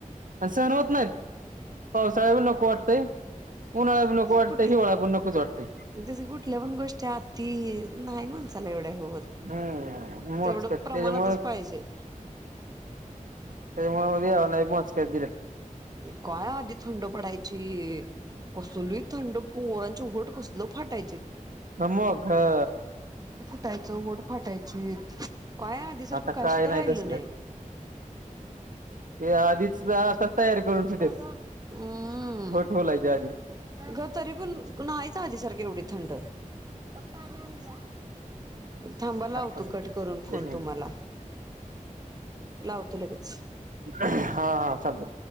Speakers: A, on the right; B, on the right.
A: सहन होत नाहीत पावसाळ बी नको वाटतंय उन्हाळा बी नको वाटतंय
B: कुठल
A: हिवाळा पण नकोच वाटतंय
B: तस कुठल्या पण गोष्टी आती नाही माणसाला एवढ्या हे होत
A: हम्म मोजकत
B: तेवढं प्रमाणातच
A: त्याच्यामुळे
B: पाहिजे <inaudible>
A: त्याच्यामुळे मध्ये आणि मोजकेच दिल्यात
B: काय आधी थंड पडायची कसली थंड प पोरांची ओट कसलं फाटायचीत
A: न म का हा
B: फाटायचं ओट फाटायचीत काय आधी सारखं
A: आता
B: काही
A: काय
B: सुद्धा राहिल
A: तसलं
B: नाही
A: ते आधीच आता तयारी करून ठेवतेत
B: दादा हम्म
A: फट होलायच्या आधी
B: ग तरी पण नाहीच आधी सारखी एवढी थंड पप्पा आहे आमचा थांबाला लावतो
A: आताच
B: कट करून फोन
A: एक मिनिट
B: तुम्हाला लावतो लगेच
A: हा हा चालतय